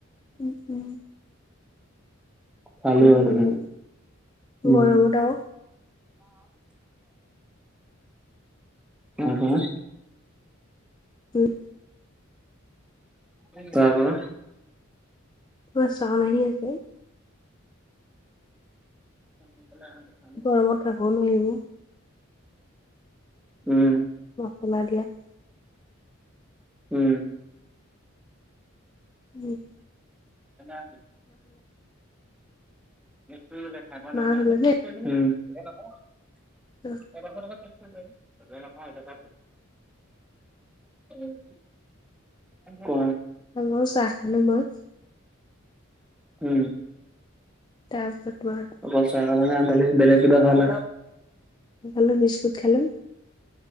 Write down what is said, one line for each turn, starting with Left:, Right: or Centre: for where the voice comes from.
Left: ও ও
Centre: ভালে
Left: গৰমত
Centre: আৰু ন উ
Left: গৰমত আৰু
Centre: তাপা
Left: উম
Centre: তাপা
Left: তোমাৰ চাউণ্ড আহি আছে
Centre: এফালে আহা বাও
Left: গৰমত খাবও নোৱাৰি‌ একো
Centre: উম
Left: মই তোমাৰ বিয়াত
Centre: উম
Left: উ
Centre: <unintelligible> খাই পোৱা নাই
Left: মাত
Centre: না
Left: ওলালে
Centre: উম এ নকও
Left: অ
Centre: এডখ এডখ শেষ কৰি লৈ এ নকও এইটো তাৰ হয় উম কয়
Left: খালো চাহ খালো মই
Centre: উম
Left: তাউপত বাদ
Centre: অকল চাহ খালা না বেলেগ কিবা খালা
Left: খালো বিস্কুট খালো